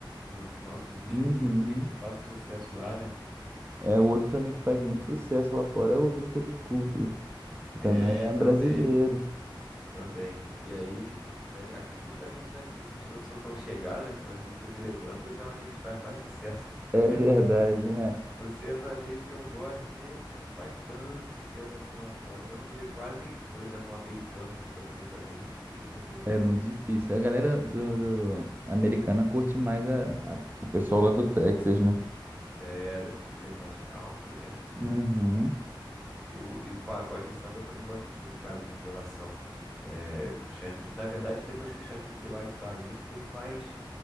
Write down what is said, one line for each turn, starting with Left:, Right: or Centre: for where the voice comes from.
Centre: do, do nosso nicho
Right: Uhum.
Centre: aqui que, que faça sucesso lá, né?
Right: É, o outro também que faz muito sucesso lá fora é o Vintage Culture, que também
Centre: É,
Right: é
Centre: também,
Right: brasileiro.
Centre: também. E aí, da- a- justamente nas músicas que eu não sou tão chegado, né, que são as músicas eletrônicas, é onde a gente faz mais sucesso.
Right: É
Centre: <laughs>
Right: verdade, né?
Centre: O sertanejo que eu gosto mesmo não faz tanto sucesso assim lá fora. Você não vê quase, por exemplo, um americano escutando sertanejo. É difícil você ver,
Right: É muito
Centre: né?
Right: difícil. A galera do, do- americana curte mais a, a- o pessoal lá do Texas, né?
Centre: É, das músicas mais country, né?
Right: Uhum,
Centre: E o, e o pagode e samba eu também gosto muito, cara, de Revelação. É, o Xande de- na verdade, depois que o Xande de Pilares saiu, eu fiquei mais.